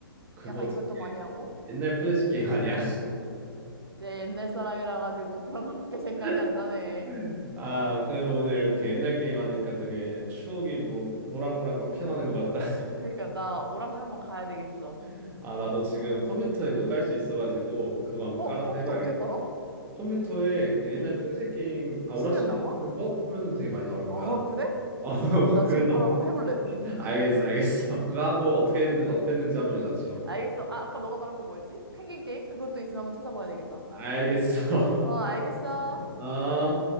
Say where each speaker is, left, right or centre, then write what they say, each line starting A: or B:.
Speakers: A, on the right; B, on the right.
A: 그거
B: 약간
A: 되게
B: 이것도 많이 하고
A: 옛날 플래시 게임 아니야?
B: 내 옛날 사람이라 가지고 <laughs> 그런 거밖에 생각이
A: <laughs>
B: 안 나네
A: 아, 그래도 오늘 이렇게 옛날 게임 하니까 되게 추억이 뭐 모락모락 막 피어나는 것 같다.
B: 그러니까 나 오락실 한번 가야 되겠어
A: <laughs> 아, 나도 지금 컴퓨터에 그거 깔 수 있어가지고 그거 한번
B: 어
A: 깔아서
B: 컴퓨터
A: 해봐야겠다.
B: 어떻게 깔아?
A: 컴퓨터에 그 옛날
B: 응
A: 플래시 게임, 아,
B: 치면
A: 오락실
B: 나와?
A: 게임 하는 법 하면은 되게 많이 나올
B: 어,
A: 거야.
B: 그래?
A: 어, <laughs>
B: 나
A: 그래서
B: 지금 바로 한번 해볼래.
A: 알겠어, 알겠어. 그거 하고 어떻게 했는, 어땠는지 한번 연락 줘.
B: 알겠어. 아, 아까 너가 말한 거 뭐였지? 펭귄 게임? 그것도 있으면 한번 찾아봐야 되겠다.
A: 알겠어.
B: 어,
A: <laughs>
B: 알겠어.
A: 어.